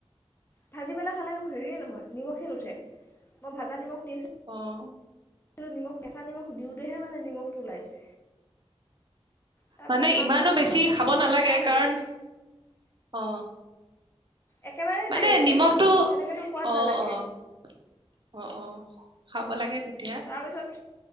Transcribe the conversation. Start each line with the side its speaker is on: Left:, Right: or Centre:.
Left: ভাজি পেলাই খালে হেৰিয়ে নহয় নিমখে হে নুঠে, মই ভাজা নিমখ দি
Right: অ
Left: নিমখ, কেঁচা নিমখ দিওঁতেহে মানে নিমখটো ওলাইছে। তাৰপিছত
Right: মানে
Left: মাংসতটো
Right: ইমানো বেছি
Left: নিমখ
Right: খাব
Left: নোসোমালে
Right: নালাগে,
Left: বেয়া লাগে
Right: কাৰণ অ,
Left: একেবাৰেই
Right: মানে
Left: নাই যে
Right: নিমখটো
Left: সেনেকৈতো সোৱাদ
Right: অ-অ-অ-অ
Left: নালাগে
Right: খাব লাগে তে এতিয়া
Left: তাৰপিছত